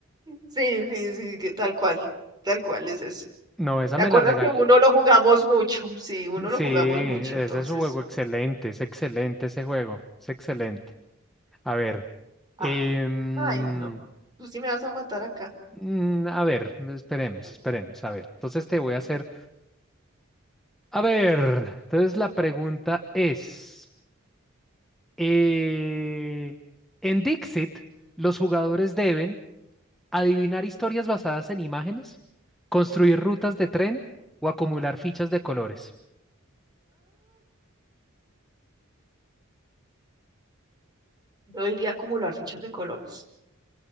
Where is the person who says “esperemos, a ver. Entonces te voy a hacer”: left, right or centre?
Centre